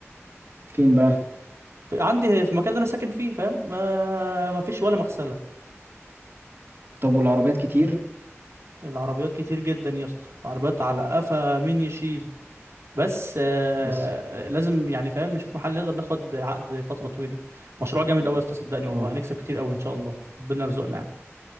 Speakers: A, on the right (about 45°); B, on the right (about 70°).
A: فين بقى
B: ف- عندي في المكان اللي انا ساكن فيه فاهم ما ما فيش ولا مغسله
A: طب والعربيات كتير
B: العربيات كتير جدا يا اسطى العربيات على قفا مين يشيل بس آه
A: بس
B: لازم يعني فاهم نشوف محل نقدر ناخد عقد فتره طويله مشروع جامد قوي يا اسطى صدقني والله
A: اه
B: هنكسب كتير قوي ان شاء الله ربنا يرزقنا يعني